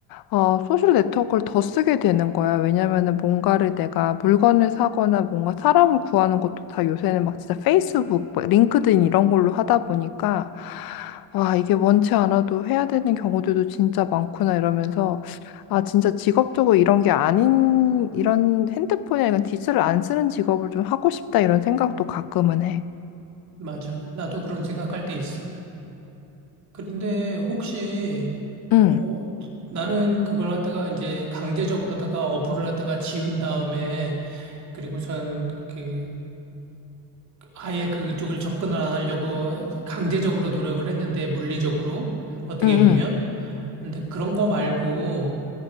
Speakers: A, on the left (about 55°); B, on the right (about 40°).
A: 어, 소셜 네트워크를 더 쓰게 되는 거야. 왜냐면은 뭔가를 내가 물건을 사거나 뭔가 사람을 구하는 것도 다 요새는 막 진짜 페이스북, 뭐 링크드인 이런 걸로 하다 보니까 아, 이게 원치 않아도 해야 되는 경우들도 진짜 많구나 이러면서 아, 진짜 직업적으로 이런 게 아닌 이런 핸드폰이나 이런 디지털을 안 쓰는 직업을 좀 하고 싶다 이런 생각도 가끔은 해.
B: 맞아. 나도 그런 생각할 때 있어. 그런데 혹시
A: 응,
B: 어 나는 그걸 갖다가 이제 강제적으로다가 어플을 갖다가 지운 다음에 그리고선 그 아예 그쪽을 접근을 안 하려고 강제적으로 노력을 했는데 물리적으로 어떻게
A: 응,
B: 보면
A: 응.
B: 근데 그런 거 말고